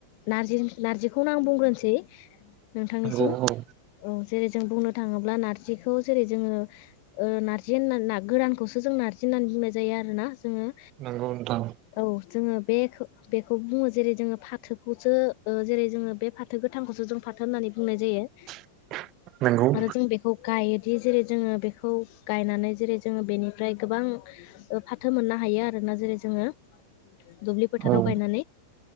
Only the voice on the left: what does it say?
नारजि नारजिखौनो आं बुंग्रोनोसै नोंथांनिसिम
औ जेरै जों बुंनो थाङोब्ला नारजिखौ जेरै जोङो नारजि होननानै गोरानखौसो जों नारजि होननानै बुंनाय जायो आरोना जोङो
औ जोङो बे बेखौ बुङो जेरै जोङो फाथोखौसो ओ जेरै जोङो बे फाथो गोथांखौसो जों फाथो होननानै बुंनाय जायो
आरो जों बे खौ गायोदि जेरै जोङो बेखौ गायनानै जेरै जोङो बेनिफ्राय गोबां फाथो मोननो हायो आरोना जेरै जोङो दुब्लि फोथाराव
गायनानै